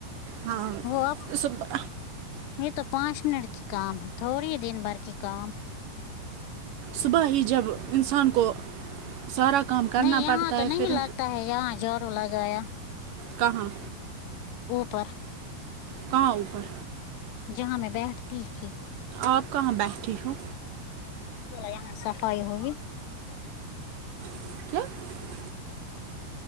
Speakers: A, on the right; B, on the left.
A: ہاں
B: وہ اب
A: صبح
B: یہ تو پانچ منٹ کی کام ہے تھوڑی دن بھر کی کام
A: صبح ہی جب انسان کو سارا کام کرنا
B: نہیں یہاں
A: پڑتا
B: تو
A: ہے
B: نہیں
A: پھر
B: لگتا ہے یہاں جھاڑو لگایا
A: کہاں
B: اوپر
A: کہاں اوپر
B: جہاں میں بیٹھتی تھی
A: آپ کہاں بیٹھتی ہو
B: یہاں صفائی ہو
A: <unintelligible>